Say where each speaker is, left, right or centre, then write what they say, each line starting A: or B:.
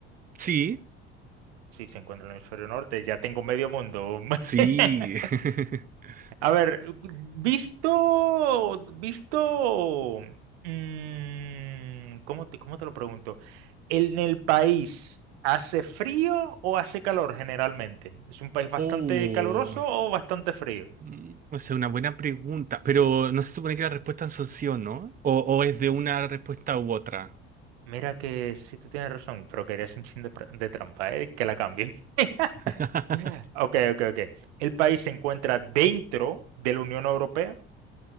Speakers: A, on the right; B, on the right.
A: Sí,
B: Sí, se encuentra en el hemisferio norte. Ya tengo medio mundo.
A: sí.
B: <laughs>
A: <laughs>
B: A ver, visto, visto, mm, ¿cómo te, cómo te lo pregunto? ¿En el país hace frío o hace calor generalmente? ¿Es un país bastante
A: Oh.
B: caluroso o bastante frío?
A: Mm, O sea, una buena pregunta, pero no se supone que las respuestas son sí o no, o, o es de una respuesta u otra.
B: Mira que sí tú tienes razón, pero querías un chin de, pra- de trampa, ¿eh? Que la cambié. <laughs>
A: <laughs>
B: Ok, ok, ok. El país se encuentra dentro de la Unión Europea.